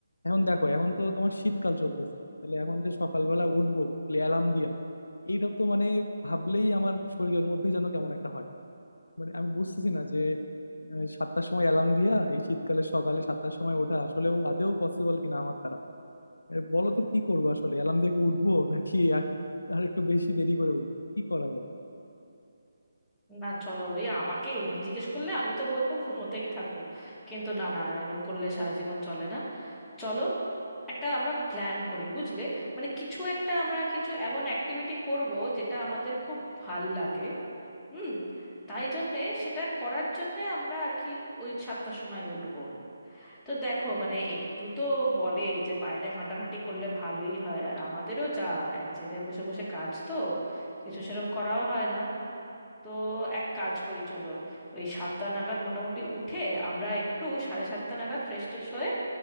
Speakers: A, on the left; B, in the centre.
A: এখন দেখো এখন তো তোমার শীতকাল চলতেছে তাহলে এখন যে সকালবেলা উঠবো অ্যালার্ম দিয়া এইটা তো মানে ভাবলেই আমার শরীরের মধ্যে যেন কেমন একটা হয় মানে আমি বুঝতেছি না যে আহ, সাতটার সময় অ্যালার্ম দিয়া এই শীতকালে সকালে সাতটার সময় ওঠা আসলেও আদেও পসিবল কিনা আমার দ্বারা এ, বলো তো কি করবো আসলে অ্যালার্ম দিয়ে কি উঠবো নাকি আর আর একটু বেশি দেরি করে উঠবো কি করা যায়
B: না চলো এ আমাকে এমনি জিজ্ঞেস করলে আমি তো বলবো ঘুমোতেই থাকো কিন্তু না না এরকম করলে সারা জীবন চলে না চলো একটা আমরা প্ল্যান করি বুঝলে মানে কিছু একটা আমরা কিছু এমন অ্যাক্টিভিটি করব যেটা আমাদের খুব ভাল লাগে হুম তাই জন্যে সেটা করার জন্যে আমরা আর কি ওই সাতটার সময় উঠবো তো দেখো মানে একটু তো বলে যে বাইরে হাঁটাহাঁটি করলে ভালোই হয় আর আমাদেরও যা এক জায়গায় বসে বসে কাজ তো কিছু সেরকম করাও হয় না তো এক কাজ করি চলো ওই সাতটা নাগাদ মোটামুটি উঠে আমরা একটু সাড়ে সাতটা নাগাদ ফ্রেশ ট্রেশ হয়ে